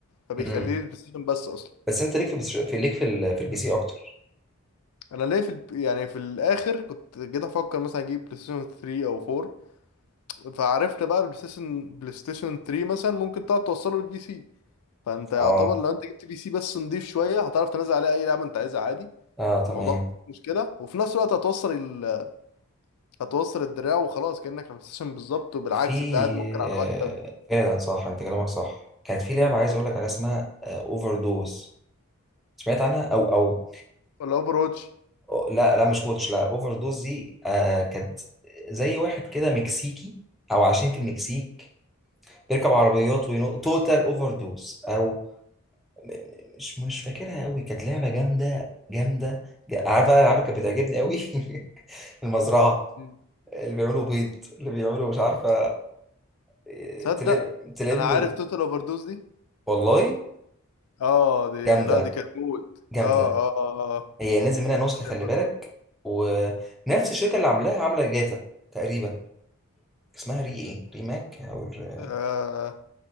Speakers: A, on the left; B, in the centre.
A: فبيخليه
B: امم
A: البلاي ستيشن بس اصلا
B: بس انت ليك في البس... في ليك في ال... في البي سي اكتر
A: انا ليه في ال... يعني في الاخر كنت جيت افكر مثلا اجيب بلاي ستيشن 3 او 4 فعرفت بقى البلاي ستيشن بلاي ستيشن 3 مثلا ممكن تقعد توصله للبي سي فانت يعتبر
B: اه
A: لو انت جبت بي سي بس نضيف شويه هتعرف تنزل عليه اي لعبه انت عايزها عادي
B: اه تمام
A: الموضوع مش مشكله وفي نفس الوقت هتوصل ال... هتوصل الدراع وخلاص كانك على ستيشن بالظبط وبالعكس
B: في
A: انت قاعد ممكن على
B: آه،
A: مكتب
B: فعلا صح انت كلامك صح كانت في لعبه
A: امم
B: عايز اقول لك عليها اسمها اوفر دوز سمعت عنها او او
A: ولا اوفر واتش
B: لا لا مش ووتش لا اوفر دوز دي آه كانت زي واحد كده مكسيكي او عايشين في المكسيك بيركب عربيات وينط
A: مم.
B: توتال اوفر دوز او م- م- مش مش فاكرها قوي كانت لعبه جامده جامده جا- عارف بقى الالعاب اللي كانت بتعجبني قوي <laughs> المزرعه
A: مم.
B: اللي بيعملوا بيض اللي بيعملوا مش عارفه آه،
A: تصدق
B: تلم تلم
A: انا عارف توتال اوفر دوز دي
B: والله
A: اه دي
B: جامده
A: لا دي كانت موت
B: جامده
A: اه اه اه آه.
B: هي نازل منها نسخه خلي
A: شايفها
B: بالك
A: دلوقتي.
B: ونفس الشركه اللي عاملاها عامله جاتا تقريبا اسمها ري ايه ريماك او الر-
A: آه،